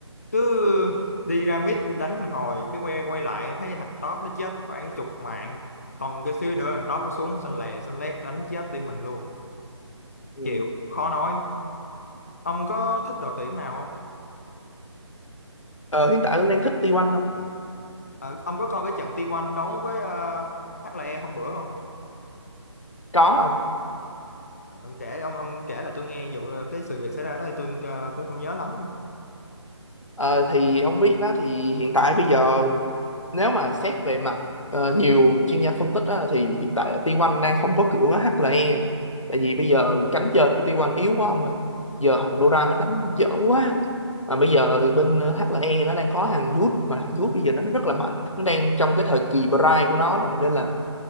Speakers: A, on the left; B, on the left.
A: cứ đi ra mid đánh một hồi cái quay quay lại thấy thằng top nó chết khoảng chục mạng còn cái xíu nữa thằng top nó xuống xanh lè xanh lét đánh chết team mình luôn
B: ừ.
A: chịu khó nói ông có thích đội tuyển nào không
B: ờ, hiện tại Hương đang thích T1 không
A: Ờ, ông có coi cái trận T1 đấu với uh, HLE hôm bữa không
B: có không
A: Ờ, ông kể ông ông kể là tôi nghe vụ ờ, cái sự việc xảy ra đó thì tôi ờ, cũng không nhớ lắm
B: Ờ, thì ông biết đó thì hiện tại bây giờ nếu mà xét về mặt ờ, nhiều chuyên gia phân tích á, thì hiện tại là T1 đang không có cửa với HLE tại vì bây giờ cánh trên của T1 yếu quá ông ơi giờ thằng Doran nó đánh dở quá mà bây giờ bên HLE nó đang có thằng Youth mà thằng Youth bây giờ nó nó rất là mạnh nó đang trong cái thời kỳ prime của nó rồi nên là